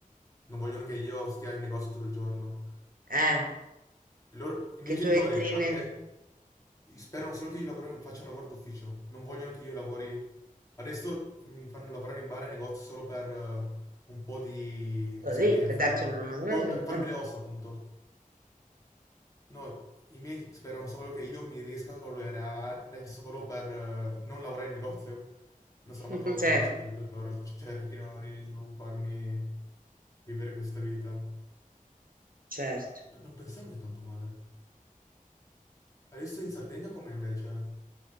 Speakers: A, on the left (about 25°); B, on the right (about 75°).
A: non vogliono che io stia in negozio tutto il giorno.
B: eh,
A: I, loro- i
B: che
A: miei genitori
B: tu entri
A: anche
B: ne-
A: sperano solo che io lavori- faccia un lavoro d'ufficio, non vogliono che io lavori. Adesso mi fanno lavorare in bar e negozi solo per eh, un po' di
B: così
A: esperienza,
B: per darti una mano.
A: o per farmi
B: eh,
A: le ossa, appunto. No, i miei sperano solo che io mi riesca a laureare solo per eh, non lavorare in negozio. Non sarò
B: <laughs>
A: molto
B: certo,
A: felice che loro cerchino di non farmi vivere questa vita. No,
B: certo.
A: Non pensavo così tanto male. Adesso in Sardegna com'è invece?